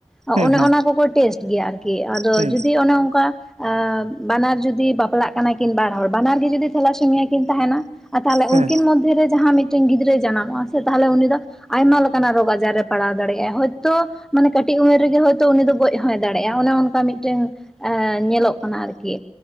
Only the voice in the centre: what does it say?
ᱚᱱᱮ
ᱚᱱᱟ ᱠᱚᱠᱚ ᱴᱮᱥᱴ ᱜᱮᱭᱟ ᱟᱨᱠᱤ, ᱟᱫᱚ
ᱡᱩᱫᱤ ᱚᱱᱮ ᱚᱝᱠᱟ ᱟᱸ ᱵᱟᱱᱟᱨ ᱡᱩᱫᱤ ᱵᱟᱯᱞᱟᱜ ᱠᱟᱱᱟ ᱠᱤᱱ ᱵᱟᱨ ᱦᱚᱲ, ᱵᱟᱱᱟᱨ ᱜᱮ ᱡᱩᱫᱤ ᱛᱷᱮᱞᱟᱥᱤᱢᱤᱭᱟ ᱠᱤᱱ ᱛᱟᱦᱮᱸᱱᱟ ᱟᱨ ᱛᱟᱦᱚᱞᱮ ᱩᱝᱠᱤᱱ
ᱢᱚᱫᱽᱫᱷᱮ ᱨᱮ ᱡᱟᱦᱟᱸ ᱢᱤᱫᱴᱮᱝ ᱜᱤᱫᱽᱨᱟᱹᱭ ᱡᱟᱱᱟᱢᱚᱜ-ᱟ ᱥᱮ ᱛᱟᱦᱚᱞᱮ ᱩᱱᱤ ᱫᱚ ᱟᱭᱢᱟ ᱞᱮᱠᱟᱱᱟᱜ ᱨᱳᱜᱽ ᱟᱡᱟᱨ ᱨᱮ ᱯᱟᱲᱟᱣ ᱫᱟᱲᱮᱜ-ᱟᱭ, ᱦᱚᱭᱛᱳ ᱢᱟᱱᱮ ᱠᱟᱹᱴᱤᱡ ᱩᱢᱮᱨ ᱨᱮᱜᱮ ᱦᱚᱭᱛᱳ ᱩᱱᱤ ᱫᱚ ᱜᱚᱡ ᱦᱚᱸᱭ ᱫᱟᱲᱮᱜ-ᱟ ᱚᱱᱮ ᱚᱱᱠᱟ ᱢᱤᱫᱴᱟᱹᱝ ᱮᱸᱻ ᱧᱮᱞᱚᱜ ᱠᱟᱱᱟ ᱟᱨᱠᱤ᱾